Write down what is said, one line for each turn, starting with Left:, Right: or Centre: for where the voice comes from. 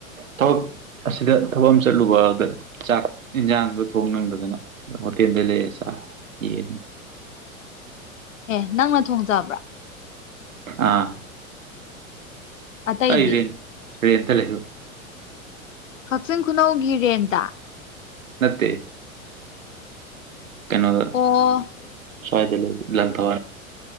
Right: ꯊꯕꯛ ꯑꯁꯤꯗ ꯊꯕꯛ ꯑꯃ ꯆꯠꯂꯨꯕꯗ ꯆꯥꯛ ꯌꯦꯟꯁꯥꯡꯗꯣ ꯊꯣꯡ ꯅꯪꯗꯗꯅ ꯍꯣꯇꯦꯜꯗ ꯂꯩꯔ ꯆꯥꯛ ꯌꯦ
Left: ꯑꯦ ꯅꯪꯅ ꯊꯣꯡꯖꯕ꯭ꯔꯥ
Right: ꯑꯥ
Left: ꯑꯇꯩꯗꯤ
Right: ꯑ ꯏꯕꯦꯟ ꯏꯟ ꯂꯩ ꯍ
Left: ꯀꯛꯆꯤꯡ ꯈꯨꯅꯧꯒꯤ ꯔꯦꯟꯗ
Right: ꯅꯠꯇꯦ ꯀꯩꯅꯣ
Left: ꯑꯣ
Right: ꯐꯋꯥꯗ ꯂꯩ ꯂ ꯊ